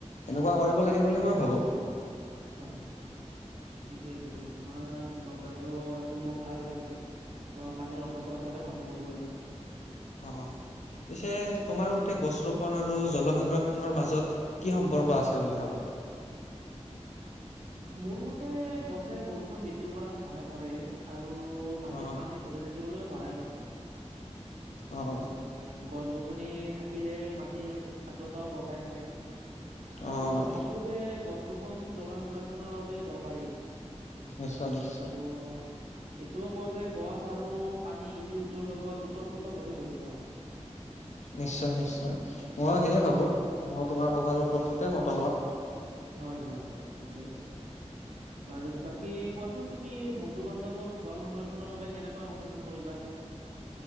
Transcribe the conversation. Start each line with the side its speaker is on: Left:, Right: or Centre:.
Left: এনেকুৱা
Right: উম,
Left: কৰিব লাগে বুলিয়ে মই ভাবো।
Right: হয়, ঠিকে, ঠিকে ল, তোমাৰ বব্যসটো মোৰ ভাল লাগিছে। অ', পানীৰ অপচয় সঁচাকৈ বন্ধ কৰিব লাগে।
Left: অ', অ', পিছে তোমাৰ মতে গছ ৰোপন আৰু জল সংৰক্ষণৰ মাজত কি সম্পৰ্ক আছে বুলি ভবা?
Right: মোৰ মতে, গছে বৰষুণ বৃদ্ধি কৰাত সহায় কৰে, আৰু মাটিত
Left: অ'
Right: পানী ধৰি ৰাখিবলৈও সহায় কৰে।
Left: অ'
Right: আৰু গছ গছনি থাকিলে মাটিৰ আদ্ৰতাও বজাই থাকে, আৰু
Left: অ'
Right: মই ভাবোঁ বো যে, গছ ৰোপন জল সংৰক্ষনৰৰ বাবে দৰকাৰী।
Left: নিশ্চয় নিশ্চয়
Right: আৰু এইটোও কওঁ যে, গছ আৰু পানী ইটো সিটোৰ লগত ওতঃপ্ৰোত ভাৱে জড়িত হয়।
Left: নিশ্চয়, নিশ্চয়। মইও সেয়ে
Right: উম,
Left: ভাবো। মই তোমাৰ কথাটোৰ পততে মতামত।
Right: হয়, হয়, হয়, ঠিকে আছে দে।
Left: <inaudible>
Right: বাৰু, বাকী, কোৱাচোন তুমি বন্ধু বান্ধৱক জল সংৰক্ষণৰ বাবে কেনেকৈ সচেতন কৰিবা?